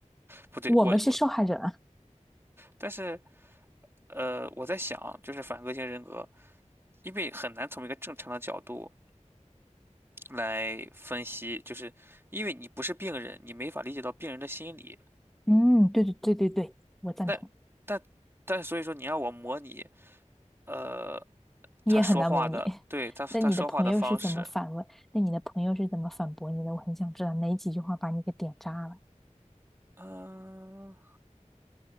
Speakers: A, on the right; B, in the centre.
A: 不对，
B: 我们是受害者。
A: 我我，
B: 啊。
A: 但是呃，我在想，就是反个性人格，因为很难从一个正常的角度来分析，就是因为你不是病人，你没法理解到病人的心理。
B: 嗯，对对对对对，我赞同。
A: 但但但所以说，你让我模拟，呃，
B: 你也很难模拟。
A: 他说话的，
B: <laughs>
A: 对，他他说话的方式，
B: 那你的朋友是怎么反问？那你的朋友是怎么反驳你的？我很想知道哪几句话把你给点炸了。
A: 嗯、